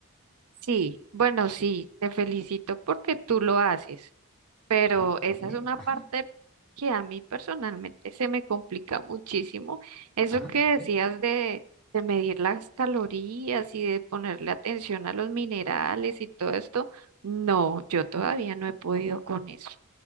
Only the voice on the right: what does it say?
Sí, bueno, sí, te felicito porque tú lo haces. Pero
esa
es una parte
que a mí personalmente se me complica muchísimo. Eso
que
decías de, de medir las calorías y de ponerle atención a los minerales y todo esto, no, yo todavía no he podido con eso.